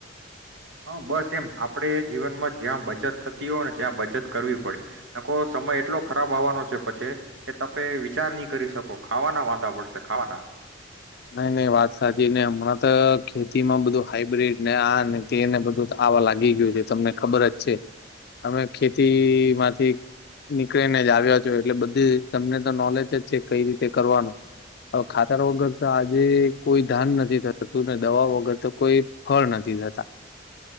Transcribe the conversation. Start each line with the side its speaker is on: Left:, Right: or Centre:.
Right: હા બસ એમ આપણે જીવનમાં જ્યાં બચત થતી હોય ને ત્યાં બચત કરવી પડે નાકો સમય એટલો ખરાબ આવવાનો છે પછી કે તમે વિચાર નહી કરી શકો ખાવાના વાંધા પડશે ખાવાના.
Left: નહી નહી વાત સાચી નને હમણાં તો ખેતીમાં બધું હાઈબ્રિડ ને આ ને તે ને બધું આવા લાગી ગયું છે તમને ખબર જ છે તમે ખેતી માંથી નીકળીને જ આવ્યા છો એટલે બધું તમને તો નોલેજ જ છે કઈ રીતે કરવાનું હવે ખાતર વગર. તો આજે કોઈ ધાન નથી થતું ને દવા વગર તો કોઈ ફળ નથી થતા.